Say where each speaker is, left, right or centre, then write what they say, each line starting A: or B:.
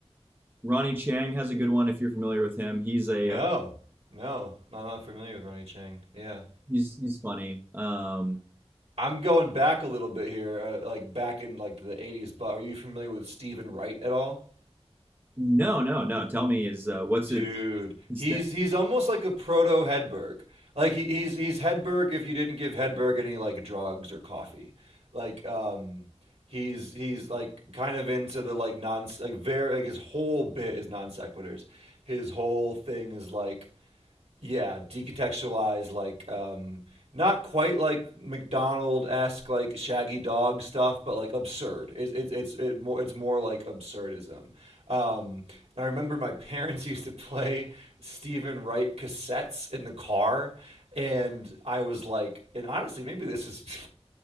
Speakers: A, on the right; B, on the right.
A: Ronnie Chang has a good one if you're familiar with him. He's a
B: no, no, no, I'm not familiar with Ronnie Chang. Yeah,
A: he's he's funny. Um,
B: I'm going back a little bit here, uh, like back in like the '80s. But are you familiar with Stephen Wright at all?
A: no, no, no. Tell me, is uh, what's
B: Dude,
A: his his
B: he's
A: thing?
B: he's almost like a proto Hedberg. Like he, he's he's Hedberg if you didn't give Hedberg any like drugs or coffee. Like um he's he's like kind of into the like non like very like his whole bit is non sequiturs. His whole thing is like yeah, decontextualized, like um, not quite like McDonald esque, like Shaggy Dog stuff, but like absurd. It's it's it's it more it's more like absurdism. Um, and I remember my <laughs> parents used to play Stephen Wright cassettes in the car, and I was like, and honestly, maybe this is <laughs>